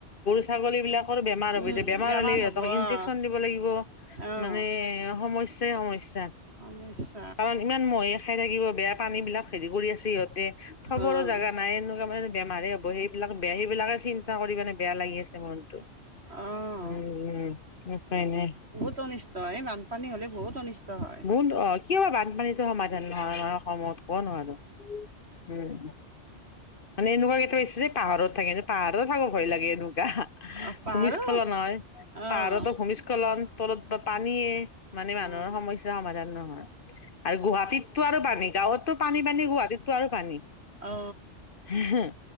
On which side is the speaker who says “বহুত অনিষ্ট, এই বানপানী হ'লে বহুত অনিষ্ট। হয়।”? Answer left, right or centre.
Right